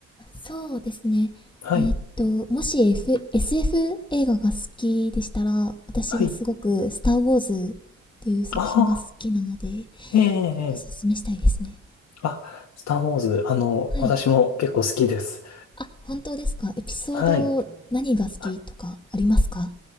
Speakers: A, on the left; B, on the left.
A: そうですね。
B: はい。
A: えーっと、もし、F、SF 映画が好きでしたら、私がすごく、
B: はい。
A: スター・ウォーズっていう作品が好きなので、
B: ああ、ええ、ええ。
A: おすすめしたいですね。
B: あ、スター・ウォーズ、あの、
A: はい。
B: 私も結構好きです。
A: あ、本当ですかエピソード何が好きとかありますか
B: はい。は